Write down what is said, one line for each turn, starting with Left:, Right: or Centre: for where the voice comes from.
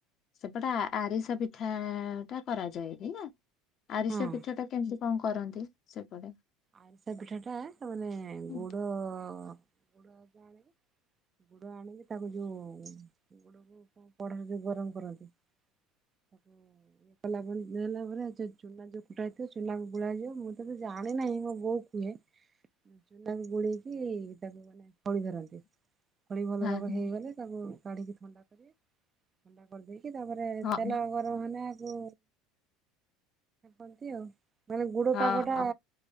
Left: ସେପଟେ ଆରିସ ପିଠା ଟା କରାଯାଏନି ନା? ଆରିଷ
Right: ହଁ
Left: ପିଠ ଟା କେମିତି କଣ କରନ୍ତି ସେପଟେ?
Right: ଆଇଷା ପିଠା ଟା ମାନେ
Left: ହଁ
Right: ଗୁଡ ଗୁଡ ଆ ଆଣିବି ଗୁଡ ଆଣିକି ତାକୁ ଯୋଉ ଗୁ ସବୁ କଣ ପଢା ବି ଗରମ କରନ୍ତି। ତାକୁ ଏକଲା ଦେଲା ପରେ ଚୁନା ଯୋଉ କୁଟା ହେଇଥିବ ଚୁନାକୁ ଗୁଳା ଯିବ ମୁଁ ତ ଯାଆ ମାନେ ନାହିଁ ମୋ ବୋଉ କୁହେ। ଚୁନାକୁ ବୁଡେଇକି ତାକୁ ମାନେ ଖଳି ଧରନ୍ତି। ଖଳି ଭଲ
Left: ହଁ
Right: ଭାବରେ ହେଇଗଲେ ତାକୁ କାଢ଼ିକି ଥଣ୍ଡା କରିବେ ଥଣ୍ଡା କରିଦେଇକି ତାପରେ
Left: ହଁ
Right: ତେଲ ଗରମ ହେଲେ ଆଗ ପନ୍ତି ଆଉ ମାନେ ଗୁଡ
Left: ହଁ
Right: ପାଗଟା